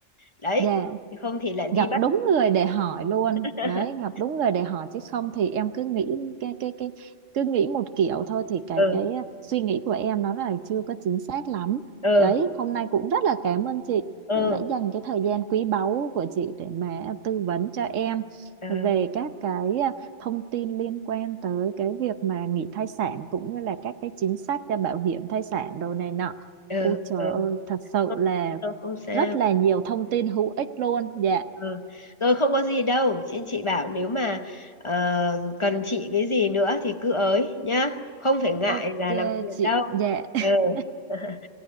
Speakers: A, on the left (about 25°); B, on the right (about 90°).
A: đấy
B: dạ
A: không thì lại đi
B: gặp
A: bắt
B: đúng người để hỏi luôn
A: <laughs>
B: đấy gặp đúng người để hỏi chứ không thì em cứ nghĩ cái cái cái cứ nghĩ một kiểu thôi thì cái
A: ừ
B: cái suy nghĩ của em nó là chưa có chính xác lắm
A: ừ
B: đấy hôm nay cũng rất là cảm ơn chị
A: ừ
B: cũng đã dành cái thời gian quý báu của chị để mà tư vấn cho em
A: ừ
B: về các cái à, thông tin liên quan tới cái việc mà nghỉ thai sản cũng như là các cái chính sách cho bảo hiểm thai sản đồ này nọ
A: ừ
B: Ôi trời
A: ừ
B: ơi, thật sự
A: không
B: là
A: đâu không sao
B: rất là nhiều thông tin hữu ích luôn. Dạ,
A: ừ. rồi không có gì đâu chị chị bảo nếu mà ờ, cần chị cái gì nữa thì cứ ới nhá không phải ngại
B: Ok
A: là làm phiền
B: chị,
A: đâu
B: dạ, <laughs>
A: ừ <laughs>